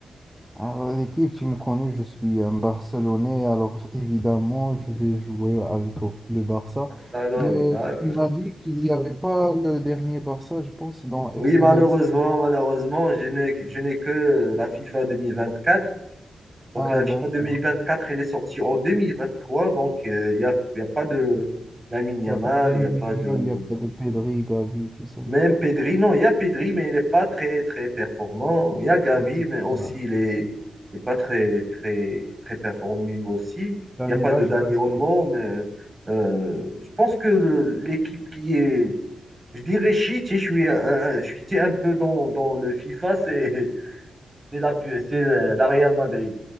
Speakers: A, in the centre; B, on the right.
A: Alors, l'équipe, tu me connais, je suis un Barcelonais. Alors, évidemment, je vais jouer avec au- le Barça.
B: Barcelone,
A: Mais
B: d'accord.
A: tu m'as dit qu'il n'y avait pas le dernier Barça, je pense, dans
B: Oui,
A: FC25.
B: malheureusement, malheureusement, je n'ai, je n'ai que la FIFA 2024. Donc,
A: Ah,
B: la FIFA
A: d'accord.
B: deux mille vingt-quatre, elle est sortie en 2023. Donc, euh, il n'y a, il y a pas de Lamine Yamal,
A: Il n'y a pas de
B: il n'y
A: Lamine
B: a pas
A: Yamal,
B: de
A: il n'y a pas de Pedri, Gavi, tout ça.
B: Même Pedri, non, il y a Pedri, mais il n'est pas très, très performant. Il y a Gavi,
A: Mais c'est
B: mais aussi,
A: pas-
B: il est, il est pas très, très, très performant lui aussi.
A: Cette année-là,
B: Il n'y a pas de
A: je
B: Dani
A: pense
B: Olmo,
A: que
B: mais euh,
A: que
B: je pense que le- l'équipe qui est, je dirais shit, je suis, un- un- je suis un peu dans, dans le FIFA, c'est c'est la, c'est la Real Madrid.